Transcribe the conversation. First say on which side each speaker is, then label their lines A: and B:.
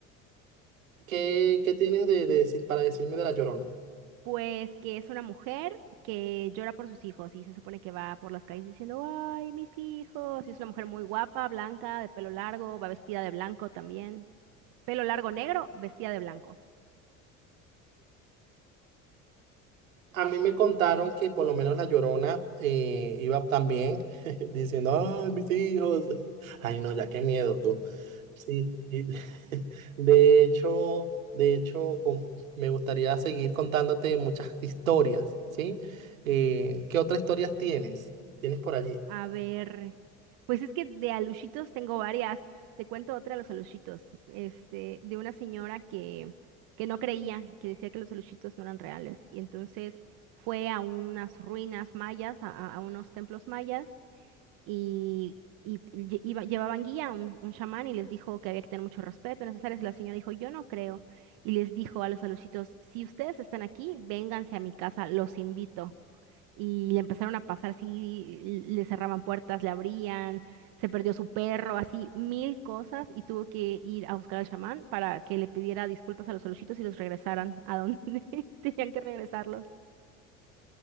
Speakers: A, on the right (about 80°); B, on the right (about 55°).
A: ¿Qué, qué tienes de, de decir para decirme de La Llorona?
B: Pues que es una mujer que llora por sus hijos y se supone que va por las calles diciendo, ay, mis hijos. Y es una mujer muy guapa, blanca, de pelo largo, va vestida de blanco también. Pelo largo negro, vestida de blanco.
A: A mí me contaron que por lo menos La Llorona eh, iba también <laughs> diciendo, ay, mis hijos. Ay, no, ya qué miedo tú. Sí, sí. <laughs> De hecho, de hecho, con- me gustaría seguir contándote muchas historias, ¿sí? Eh, ¿qué otras historias tienes? ¿Tienes por allí?
B: A ver, pues es que de alushitos tengo varias. Te cuento otra de los alushitos. Este, de una señora que, que no creía, que decía que los alushitos no eran reales. Y entonces fue a unas ruinas mayas, a a- a unos templos mayas y, y lle- iba- llevaban guía, un, un chamán, y les dijo que había que tener mucho respeto en esas áreas. La señora dijo, yo no creo. Y les dijo a los alucitos, si ustedes están aquí, vénganse a mi casa, los invito. Y le empezaron a pasar así, l- le cerraban puertas, le abrían, se perdió su perro, así mil cosas, y tuvo que ir a buscar al chamán para que le pidiera disculpas a los alucitos y los regresaran a donde <laughs> tenían que regresarlos.